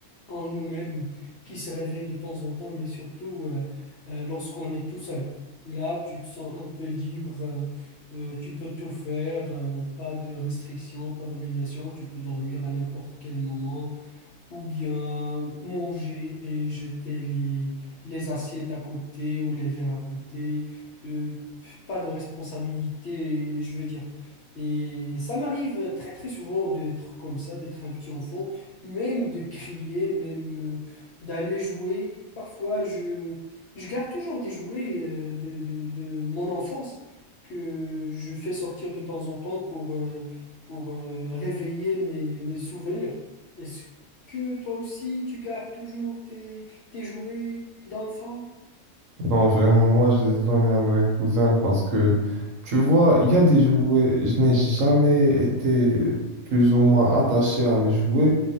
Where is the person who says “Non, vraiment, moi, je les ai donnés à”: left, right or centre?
Right